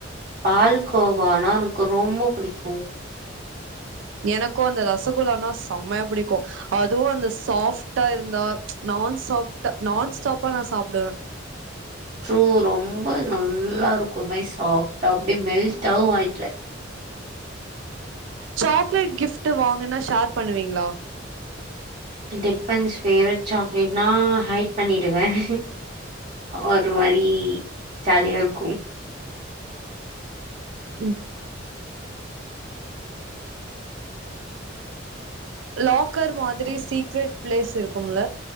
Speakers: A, on the right; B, on the right.
A: பால்கோவானா எனக்கு ரொம்ப பிடிக்கும்
B: எனக்கும் அந்த ரசகுல்லனா செம்மையா பிடிக்கும் அதுவும் அந்த ஸாப்டா இருந்தா ச் நம்ம நான் ஸாப்ட் நான் ஸ்டாப்பா நான் சாப்பிடுவேன்
A: ட்ரூ ரொம்ப நல்லா இருக்கும்மே சாஃப்டா அப்டி மெல்டாவும் ஆயிடல
B: சாக்லேட் கிஃப்ட் வாங்குனா ஷேர் பண்ணுவீங்களா
A: டிப்பன்ஸ் பேவரைட் சாக்லேட்னா ஹைட் பண்ணிடுவேன் ஒரு மாரி ஜாலியா இருக்கும்
B: உம் லாக்கர் மாதிரி சீக்ரெட் ப்ளேஸ் இருக்கும்ல